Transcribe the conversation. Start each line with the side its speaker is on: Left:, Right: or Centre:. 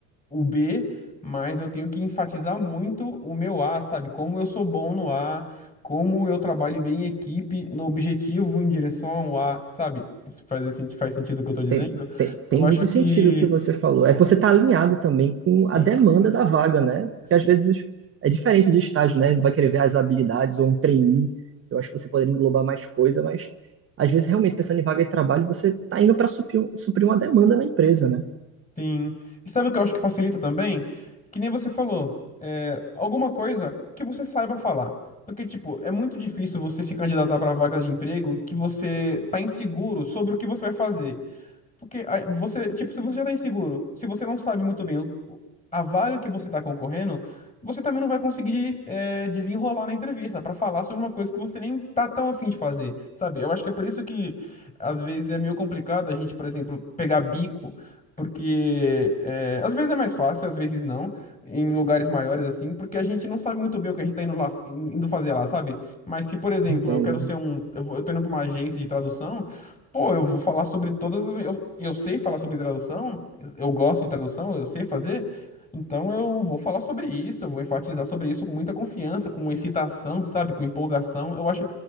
Left: o B, mas eu tenho que enfatizar muito o meu A, sabe? Como eu sou bom no A, como eu trabalho bem em equipe, no objetivo, em direção ao A, sabe? Se faz, esse- faz sentido o que eu tô dizendo?
Right: tem, tem, tem
Left: Eu acho
Right: muito
Left: que
Right: sentido o que você falou. É que você está alinhado também com
Left: sim,
Right: a demanda da vaga, né? Porque
Left: sim,
Right: às vezes é diferente de estágio, né? Vai querer ver as habilidades ou um trainee. Eu acho que você poderia englobar mais coisa, mas às vezes realmente pensando em vaga de trabalho, você está indo para suprir, um- suprir uma demanda na empresa, né?
Left: sim. E sabe o que eu acho que facilita também? Que nem você falou, é, alguma coisa que você saiba falar. Porque, tipo, é muito difícil você se candidatar para vagas de emprego que você tá inseguro sobre o que você vai fazer. Porque aí, você, tipo, se você já tá inseguro, se você não sabe muito bem o- o- a vaga que você tá concorrendo, você também não vai conseguir é, desenrolar na entrevista pra falar sobre uma coisa que você nem tá tão afim de fazer, sabe? Eu acho que é por isso que às vezes é meio complicado a gente, por exemplo, pegar bico, porque é, às vezes é mais fácil, às vezes não, em lugares maiores assim, porque a gente não sabe muito bem o que a gente tá indo lá, in- indo fazer lá, sabe? Mas se, por exemplo,
Right: Entendo.
Left: eu quero ser um, eu vou- eu tô indo pra uma agência de tradução Pô, eu vou falar sobre todas as... Eu, eu sei falar sobre tradução, eu eu gosto de tradução, eu sei fazer, então eu vou falar sobre isso, eu vou enfatizar sobre isso com muita confiança, com excitação, sabe, com empolgação. Eu acho,